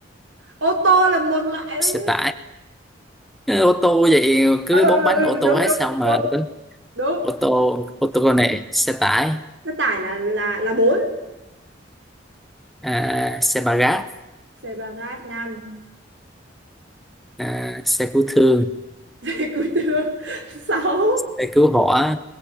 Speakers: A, on the right; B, in the centre.
A: Ô tô là một loại thôi
B: xe
A: nhé.
B: tải Ừ, ô tô vậy cứ
A: Ừ, ừ,
B: bốn
A: ừ,
B: bánh
A: ừ,
B: ô tô
A: đúng
B: hết
A: đúng
B: sao mà
A: đúng đúng.
B: ô tô ô tô công nghệ xe tải
A: Xe tải là là là bốn.
B: à, xe ba gác
A: Xe ba gác năm.
B: à, xe cứu thương
A: <laughs> Xe cứu thương sáu
B: xe cứu hỏa